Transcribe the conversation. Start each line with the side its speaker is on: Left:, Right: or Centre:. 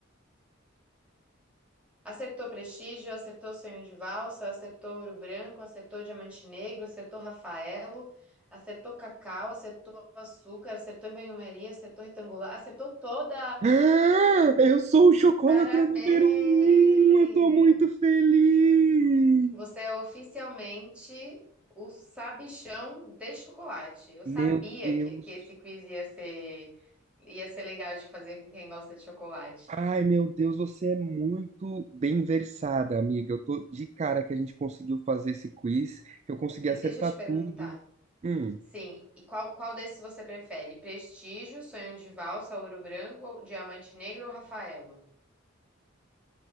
Centre: Acertou Prestígio, acertou Sonho de Valsa, acertou Ouro Branco, acertou Diamante Negro, acertou Rafaelo, acertou Cacau, acertou Açúcar, acertou em Banho-Maria, acertou Retangular, acertou toda!
Right: Ah, eu sou o chocolatra
Centre: Parabéns!
Right: número um! Eu tô muito feliz!
Centre: Você é oficialmente o sabichão de chocolate. Eu
Right: Meu
Centre: sabia
Right: Deus.
Centre: que, que esse quiz ia ser, ia ser legal de fazer com quem gosta de chocolate.
Right: Ai, meu Deus, você é muito bem versada, amiga. Eu tô de cara que a gente conseguiu fazer esse quiz, que eu consegui
Centre: E
Right: acertar
Centre: deixa eu te perguntar.
Right: tudo. Hum,
Centre: Sim, e qual, qual desses você prefere? Prestígio, Sonho de Valsa, Ouro Branco, ou Diamante Negro ou Rafaelo?